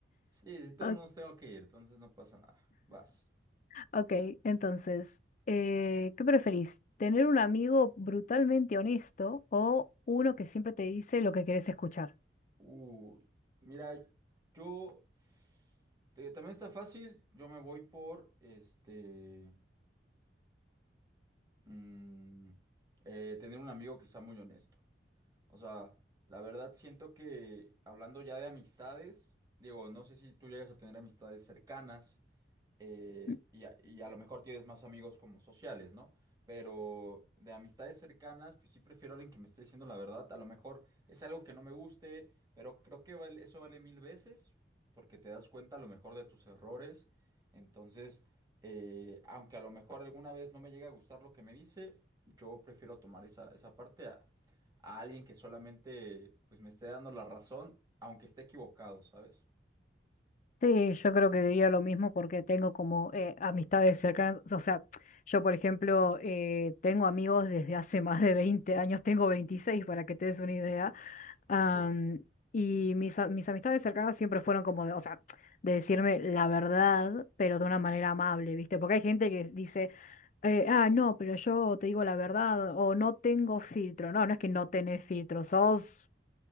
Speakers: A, on the right; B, on the left.
A: Sí, si todos
B: O-
A: modos tengo que ir, entonces no pasa nada. Vas.
B: Ok, entonces, eh, ¿qué preferís? ¿Tener un amigo brutalmente honesto o uno que siempre te dice lo que querés escuchar?
A: Uy, mira, yo te- también está fácil. Yo me voy por este mm, eh, tener un amigo que sea muy honesto. O sea, la verdad siento que hablando ya de amistades, digo, no sé si tú llegas a tener amistades cercanas, eh,
B: Ujú.
A: y, a, y a lo mejor tienes más amigos como sociales, ¿no? Pero de amistades cercanas, pues sí prefiero a alguien que me esté diciendo la verdad. A lo mejor es algo que no me guste, pero creo que vale- eso vale mil veces porque te das cuenta a lo mejor de tus errores. Entonces, eh, aunque a lo mejor alguna vez no me llegue a gustar lo que me dice, yo prefiero tomar esa, esa parte a, a alguien que solamente pues me esté dando la razón, aunque esté equivocado, ¿sabes?
B: Sí, yo creo que diría lo mismo porque tengo como eh, amistades cercanas, o sea, yo por ejemplo eh, tengo amigos desde hace más de 20 años, tengo 26 para que te des una idea, am,
A: Ok.
B: y mis, a- mis amistades cercanas siempre fueron como, de, o sea, de decirme la verdad, pero de una manera amable, ¿viste? Porque hay gente que dice, eh, ah, no, pero yo te digo la verdad o no tengo filtro, no, no es que no tenés filtro, sos